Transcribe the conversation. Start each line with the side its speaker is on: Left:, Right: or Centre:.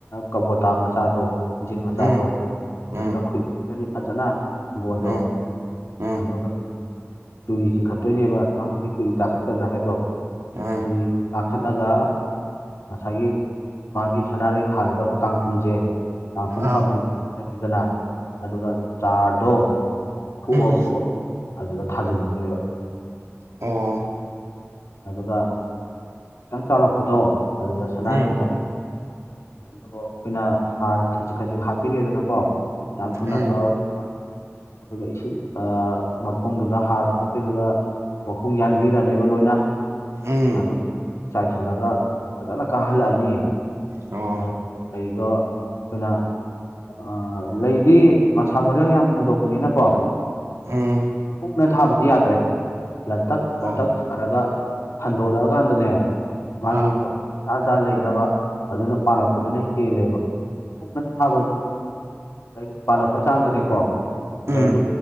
Left: ꯀꯕꯣꯇꯥ ꯃꯆꯥꯗꯣ ꯏꯟꯖꯤꯟ ꯃꯆꯥꯗꯣ
Right: ꯎꯝ ꯎꯝ
Left: ꯑꯗꯨꯅ ꯈꯨꯝꯃꯅꯤ ꯐꯖꯅ ꯍꯪꯒꯣꯟꯗꯣ
Right: ꯎꯝ ꯎꯝ
Left: ꯑꯗꯨꯒ ꯆꯨꯔꯤ ꯆꯤꯡꯈꯠꯇꯣꯏꯅꯦꯕ ꯅꯪ ꯍꯧꯖꯤꯛ ꯆꯨꯔꯤ ꯇꯥꯈꯠꯀꯗ꯭ꯔꯥ ꯍꯥꯏꯗꯣ
Right: ꯎꯝ
Left: ꯆꯨꯔꯤ ꯀꯥꯈꯠꯂꯒ ꯉꯁꯥꯏꯒꯤ ꯃꯥꯒꯤ ꯁꯅꯥꯔꯩ ꯊꯥꯒꯗꯕ ꯀꯥꯡꯈꯨꯜꯁꯦ ꯀꯥꯡꯈꯨꯜ
Right: ꯑꯥ
Left: ꯀꯥꯡꯈꯨꯜꯅꯤꯗꯅ ꯑꯗꯨꯒ ꯆꯥꯔꯗꯣ ꯐꯨꯛꯑꯣ
Right: ꯎꯝ
Left: ꯐꯨꯛꯑꯣ ꯑꯗꯨꯗ ꯊꯥꯖꯤꯟꯕꯤꯗꯣꯏꯕ
Right: ꯎꯝ
Left: ꯑꯗꯨꯒ ꯈꯤꯇꯪ ꯆꯥꯎꯔꯛꯄꯗꯣ ꯑꯗꯨꯒ ꯁꯅꯥꯔꯩ
Right: ꯎꯝ
Left: ꯑꯗꯣ ꯑꯩꯈꯣꯏꯅ ꯍꯥꯔ ꯈꯖꯤꯛ ꯈꯖꯤꯛ ꯍꯥꯞꯄꯤꯔꯦꯗꯅꯀꯣ ꯌꯥꯝ ꯊꯨꯅꯥ
Right: ꯎꯝ
Left: ꯆꯥꯎꯔꯛꯄ ꯑꯗꯨꯒ ꯏꯁꯤꯡ ꯑꯥ ꯃꯈꯣꯡꯗꯨꯗ ꯍꯥꯔꯗꯣ ꯍꯥꯞꯄꯤꯔꯒ ꯃꯈꯣꯡ ꯌꯥꯟꯕꯤꯔꯅꯦꯕ ꯂꯣꯏꯅ
Right: ꯎꯝ
Left: ꯑꯗꯣ ꯆꯥꯏꯁꯤꯜꯂꯒ ꯐꯖꯅ ꯀꯥꯍꯜꯂꯛꯑꯅꯤ
Right: ꯑꯣ
Left: ꯑꯗꯣ ꯂꯩꯗꯣ ꯑꯩꯈꯣꯏꯅ ꯑ ꯂꯩꯗꯤ ꯃꯁꯥ ꯃꯔꯦꯟ ꯌꯥꯝ ꯐꯟꯗꯣꯛꯄꯅꯤꯅꯀꯣ
Right: ꯎꯝ
Left: ꯀꯨꯛꯅ ꯊꯥꯕꯗꯤ ꯌꯥꯗ꯭ꯔꯦ ꯂꯇꯛ
Right: ꯑꯣ
Left: ꯂꯥꯇꯛ ꯊꯥꯔꯒ ꯐꯟꯗꯣꯔꯛꯑꯀꯥꯟꯗꯅꯦ ꯃꯥꯒꯤ
Right: ꯑꯥ
Left: ꯆꯥ ꯆꯥꯅ ꯂꯩꯅꯕ ꯑꯗꯨꯅ ꯄꯥꯜꯂꯛꯄꯗꯨꯅ ꯍꯦꯜꯂꯦꯕꯅ ꯀꯨꯡꯅ ꯊꯥꯕꯁꯦ ꯂꯩ ꯄꯥꯜꯂꯛꯄ ꯆꯥꯡꯗꯅꯦꯀꯣ
Right: ꯎꯝ
Left: ꯂꯩꯗꯣ